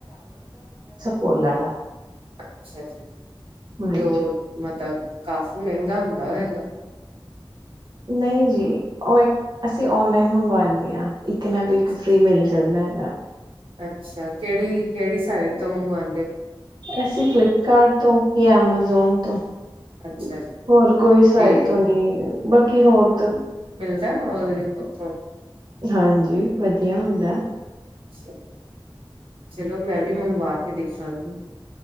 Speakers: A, on the right; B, on the right.
A: ਬੋਲਨਾ ਥਾ
B: ਅੱਛਾ ਜੀ,
A: ਹਾਂਜੀ
B: ਤੇ ਉਹ ਮਤ ਕਾਫੀ ਮਹਿੰਗਾ ਹੁੰਦਾ ਵੈਗਾ।
A: ਨਈਂ ਜੀ। ਉਹ ਇੱਕ ਅਸੀਂ ਓਨਲਾਈਨ ਮੰਗਵਾਨੀ ਆਂ। ਇੱਕ ਨਾਲ ਇੱਕ
B: ਅੱਛਾ
A: ਫ੍ਰਰੀ ਮਿਲ ਜਾਂਦਾ ਹੈਗਾ।
B: ਅੱਛਾ ਕਿਹੜੀ ਕਿਹੜੀ ਸਾਈਡ ਤੋਂ ਮੰਗਵਾਂ
A: ਅਸੀਂ ਫਲਿੱਪਕਾਰਟ ਤੋਂ ਯਾਂ ਐਮੇਜ਼ੋਨ ਤੋਂ।
B: ਅੱਛਾ ਜੀ
A: ਹੋਰ ਕੋਈ ਸਾਈਟ
B: ਤੇ
A: ਤੋਂ ਨਹੀਂ ਬਾਕੀ ਹੋਰ ਤ
B: <unintelligible> ਉਥੋਂ
A: ਹਾਂਜੀ ਵਧੀਆ ਹੁੰਦਾ ਐ।
B: ਅੱਛਾ। ਚਲੋ ਮੈਂ ਵੀ ਮੰਗਵਾ ਕੇ ਦੇਖਾਂਗੀ।